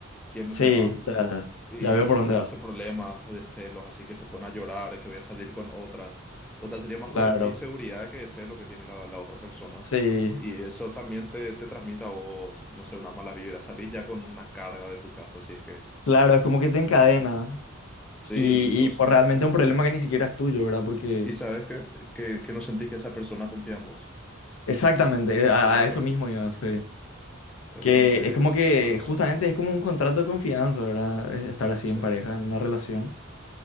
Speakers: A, in the centre; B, on the left (about 75°).
A: quiénes
B: Sí,
A: se van,
B: ya, ya
A: y
B: ya veo por dónde
A: me hace
B: va.
A: problemas de celos, así que se pone a llorar, que voy a salir con otra. O sea, sería más
B: Claro.
A: problemas de inseguridad que de celo que tiene la, la otra persona.
B: Sí.
A: Y eso también te, te transmite a vos, no sé, unas malas vibras. Salís ya con una carga de tu casa, así es que,
B: Claro, es como que
A: ya
B: te encadena.
A: sé. Sí,
B: Y,
A: o
B: y
A: sea,
B: por realmente un problema que ni siquiera es tuyo, ¿verdad? Porque
A: y sabes que, que, que no sentís que esa persona confía en vos.
B: exactamente, eh,
A: Eso
B: a,
A: es lo
B: a
A: peor.
B: eso mismo iba, sí.
A: Eso
B: Que
A: es lo que,
B: es como que
A: que no lo sé.
B: justamente
A: ¿no?
B: es como un contrato de confianza, ¿verdad? Es Estar así
A: Sí,
B: en pareja, en una relación.